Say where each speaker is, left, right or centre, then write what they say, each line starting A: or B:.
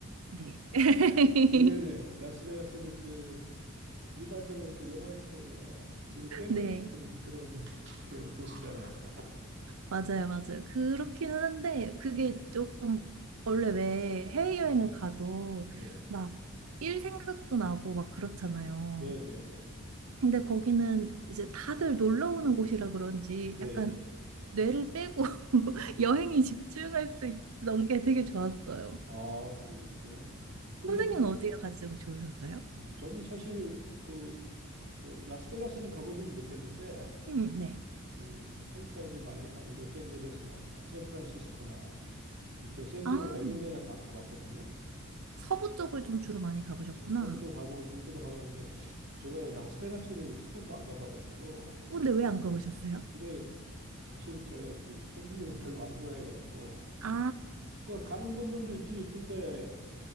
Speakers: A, on the right; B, on the right.
A: 네. <laughs>
B: <laughs> 의외네요. 라스베가스는 그 일반적으로 이렇게 영화에서 보면 주로 gambling
A: 네.
B: 하는 그런 그 도시잖아요.
A: 맞아요, 맞아요. 그렇긴 한데 그게
B: 예,
A: 좀 원래 왜 해외여행을
B: 예,
A: 가도
B: 예.
A: 막 일 생각도 나고 막 그렇잖아요.
B: 네, 네, 네. 네.
A: 근데 거기는 이제 다들 놀러 오는 곳이라 그런지
B: 네.
A: 약간 뇌를 빼고 <laughs> 여행이 집중할 수 있던 게 되게 좋았어요.
B: 아, 그러셨어요? 근데
A: 선생님은
B: 그,
A: 어디가 가장 좋으셨어요?
B: 어, 저는 사실 그, 저, 라스베가스는 가보지는 못했는데,
A: 음, 네.
B: 그 한국 사람들 많이 사는 로스앤젤레스나 뭐 샌프란시스코나 밑에 샌디에고나
A: 아,
B: 이런 데는 다 가봤거든요.
A: 서부 쪽을 좀 주로 많이 가보셨구나.
B: 예, 서부도 가보고 동부도 가봤는데 제가 라스베가스를 한 번도 안 가봐가지고
A: 어, 근데 왜 안 가보셨어요?
B: 근데 사실 제가 그 gambling 을 별로 안 좋아해가지고
A: 아,
B: 그 가는 분들도 있긴 있던데